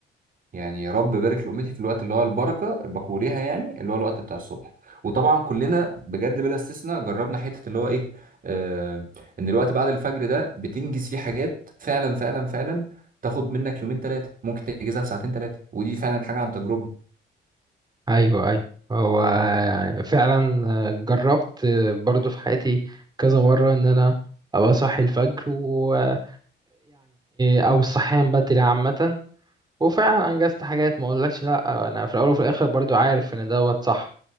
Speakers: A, on the right; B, on the right.
A: يعني يا رب بارك لأمتي في الوقت اللي هو البركة بكوريها يعني اللي هو الوقت بتاع الصبح وطبعا كلنا بجد بلا استثناء جربنا حتة اللي هو إيه آه إن الوقت بعد الفجر ده بتنجز فيه حاجات فعلا فعلا فعلا تاخد منك يومين ثلاثة ممكن تنجزها في ساعتين ثلاثة ودي فعلا حاجة عن تجربة
B: أيوه أيوه هو فعلا جربت برضو في حياتي كذا مرة إن أنا أبقى صاحي الفجر ويعني أو الصحيان بدري عامة وفعلا أنجزت حاجات ما أقولكش لأ أنا في الأول وفي الآخر برضو عارف إن دوت صح